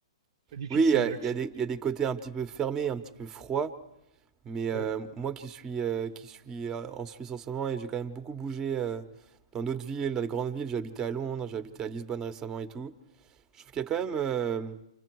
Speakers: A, on the right (about 55°); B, on the right (about 15°).
A: très difficiles
B: Oui, il y a,
A: d'accès.
B: il y a des, il y a des côtés un petit peu fermés, un petit peu froids, Mais euh,
A: Ouais,
B: moi qui suis, euh, qui suis euh, en Suisse en ce moment et j'ai quand même beaucoup bougé euh, dans d'autres villes, dans les grandes villes, j'ai habité à Londres, j'ai habité à Lisbonne récemment et tout. Je trouve qu'il y a quand même, euh,